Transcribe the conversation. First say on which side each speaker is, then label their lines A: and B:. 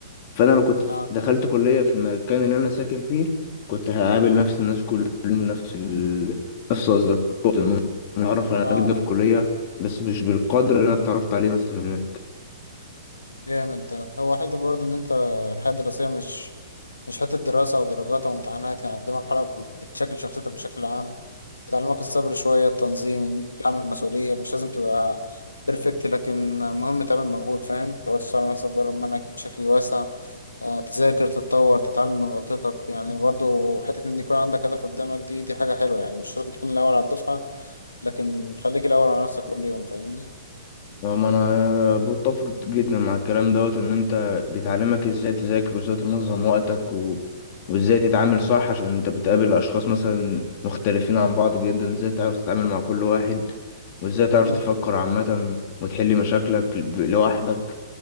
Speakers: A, on the left (about 40°); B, on the left (about 80°).
A: فأنا لو كنت
B: آه
A: دخلت كلية في المكان اللي أنا ساكن فيه كنت هقابل نفس الناس كل يوم نفس ال... نفس أصدقاء النوم أنا أعرف على
B: آه
A: ناس جدا في
B: آه
A: الكلية
B: آه.
A: بس مش بالقدر اللي أنا اتعرفت عليه مثلا هناك
B: جامد ده هو حته برضه ان انت الحياه الدراسيه مش مش حته دراسه او درجات او امتحانات يعني دي مرحله بتشكل شخصيتك بشكل عام بتعلمك الصبر شويه التنظيم إن تتحمل مسؤوليه مش لازم تبقى بيرفكت لكن مهم تعمل مجهود فاهم لو تشتغل على نفسك بره المنهج بشكل واسع آه، تذاكر تتطور تتعلم من غلطتك يعني برضه حته ان يكون عندك هدف قدامك دي دي حاجه حلوه يعني مش شرط تكون الاول على الدفعه لكن خليك الاول على نفسك كل يوم فاهمني
A: وما انا متفق جدا مع الكلام دوت ان انت بتعلمك ازاي تذاكر وازاي تنظم وقتك و... وازاي تتعامل صح عشان انت بتقابل اشخاص مثلا مختلفين عن بعض جدا ازاي تعرف تتعامل مع كل واحد وازاي تعرف
B: مم،
A: تفكر عامة وتحل مشاكلك ب- لوحدك